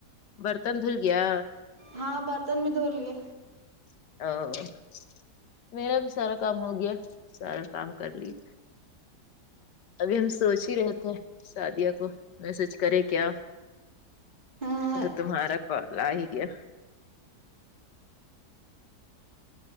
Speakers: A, on the left; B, on the right.
A: برتن دھل گیا
B: ہاں برتن بھی دھو لیے
A: <unintelligible> میرا بھی سارا کام ہو گیا سارا کام کر لیے ابھی ہم سوچ ہی رہے تھے شادیہ کو میسج کرے کیا
B: ہاں
A: تمہارا کال آہی گیا